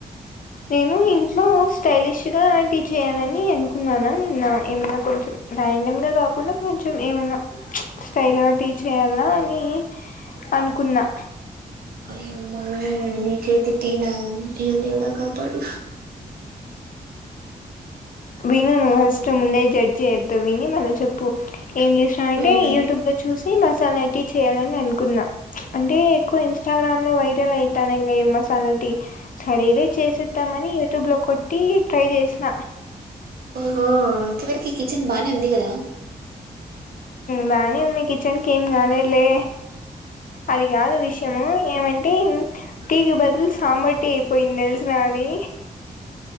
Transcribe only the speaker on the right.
అయ్య ఉమా నిచేతి టీ నా అయ్యో దేవుడా కాపడు
మ్మ్
హ ఇంతవరకు కిచెన్ బానే ఉంది కదా